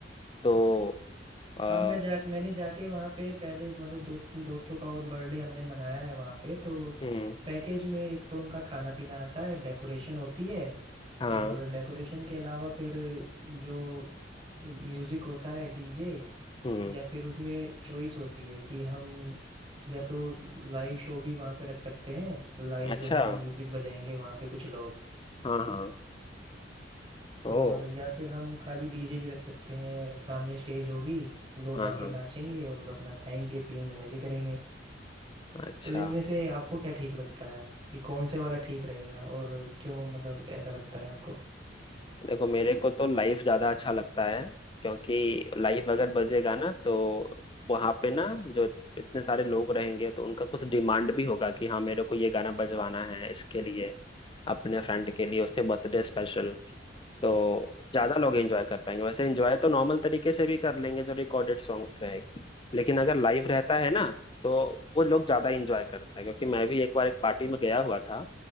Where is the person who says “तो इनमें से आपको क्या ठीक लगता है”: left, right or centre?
Right